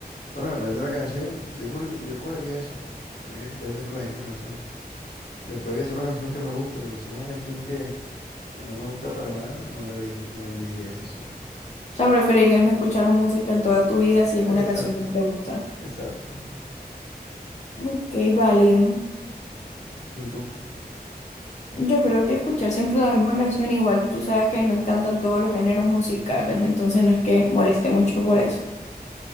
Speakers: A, on the left; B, on the left.
A: bueno, depende de la canción. Yo, co- yo cogería esa. Tener que escuchar siempre la misma canción. Después de que sea una canción que me guste, pero si es una canción que que no me gusta para nada, no la elegí- no elegiría esa opción.
B: O sea, ¿preferirías no escuchar música en toda tu vida si es
A: Exacto,
B: una canción que no te gusta?
A: exacto.
B: Ok, válido.
A: Mm, Si tú,
B: Yo creo que escuchar siempre la misma canción, igual tú sabes que a mí me encantan todos los géneros musicales, entonces no es que moleste
A: mm,
B: mucho por eso.